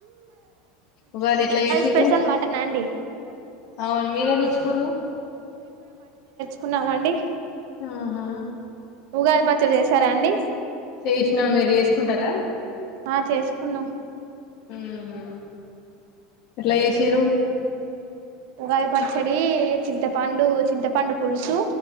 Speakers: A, on the left (about 50°); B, on the right (about 55°).
A: ఉగాది ఎట్ల చేసిరు
B: స్పెషల్ మటన్ అండి
A: అవును మీరేం తె తురు
B: కున్నామండి
A: ఆహా
B: ఉగాది పచ్చడి చేసారా అండి
A: చేసినా మీరు చేసుకుంటారా
B: ఆ చేసుకున్నాం
A: ఉమ్ హు ఎట్లా చేసిరు
B: ఉగాది పచ్చడీ చింతపండు చింతపండు పులుసు